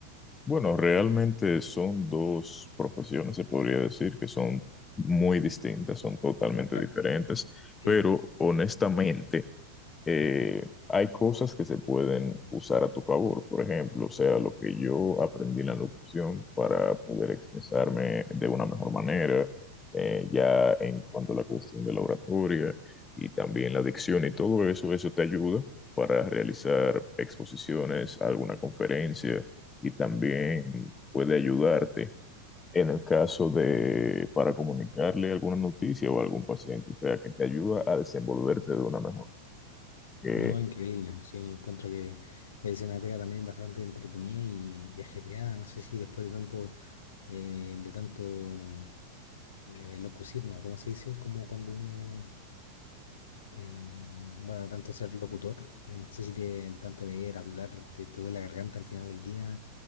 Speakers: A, on the left; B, on the left.
A: Bueno, realmente son dos profesiones, se podría decir, que son muy distintas, son totalmente
B: Claro,
A: diferentes,
B: sí.
A: pero honestamente, eh, hay cosas que se pueden usar a tu favor, por ejemplo, o sea, lo que yo aprendí en la locución para poder expresarme de una mejor manera, eh, ya en cuanto a la cuestión de la oratoria y también la dicción y todo eso, eso te ayuda para realizar exposiciones, alguna conferencia y también puede ayudarte. En el caso de para comunicarle alguna noticia o a algún paciente, o sea, que te ayuda a desenvolverte de una mejor eh,
B: No, increíble, sí, yo encuentro que medicina de pega también bastante entretenida y, y ajetreada, no sé si después de tanto, eh, de tanto... Eh, Locucir, ¿no? ¿Cómo se dice? Como cuando uno, em, bueno, de tanto ser locutor, eh, no sé si te tanto leer, hablar, te, te duele la garganta al final del día.